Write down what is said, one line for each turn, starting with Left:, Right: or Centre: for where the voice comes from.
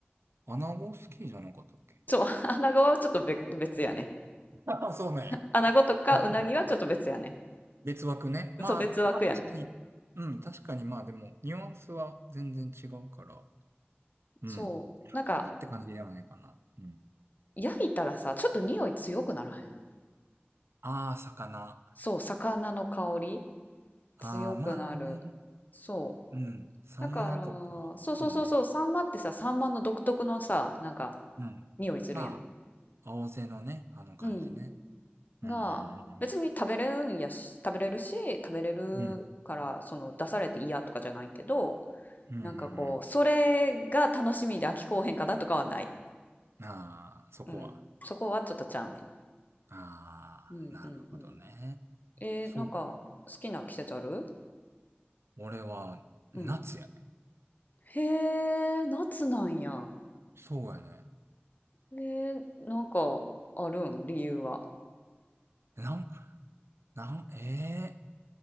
Right: 穴子好きじゃなかったっけ
Left: そう、<laughs> 穴子はちょっと別別やね。
Right: あ、<laughs> そうなんや。
Left: 穴子とかうなぎはちょっと別やね。
Right: うん別枠ね。まあ、
Left: そう、別枠やね。
Right: まあ確かに。うん、確かにまあでも、ニュアンスは全然違うから。うん。
Left: そう。なんか、
Right: 魚って感じではないかな。うん。
Left: 焼いたらさ、ちょっと匂い強くならへん。
Right: ああ、魚。
Left: そう、魚の香り
Right: ああ、
Left: 強くなる。
Right: まあね。
Left: そう。
Right: うん。サンマとか、
Left: だから、そうそうそうそう、
Right: そうね。
Left: サンマってさ、サンマの独特のさ、なんか、
Right: うん。
Left: 匂いするやん。
Right: まあ、青背のね、あの感じね。
Left: うん。
Right: うんう
Left: が、別に食べれるんやし、
Right: ん
Left: 食べれるし、食べれるから、
Right: うんうん。うん。
Left: その、出されて嫌とかじゃないけど、
Right: うんうん
Left: なんかこう、それが楽しみで飽きこうへんかなとかはない。
Right: うん。ああ、そこは。
Left: うん。そこはちょっとちゃうね。
Right: ああ、
Left: うんうんうん。
Right: なるほどね。
Left: えー、
Right: そう。
Left: なんか好きな季節ある
Right: 俺は、
Left: うん。
Right: 夏やね。
Left: へえ、夏なんや。
Right: そうやね。
Left: えー、なんかあるん理由は。
Right: なん、なん、ええ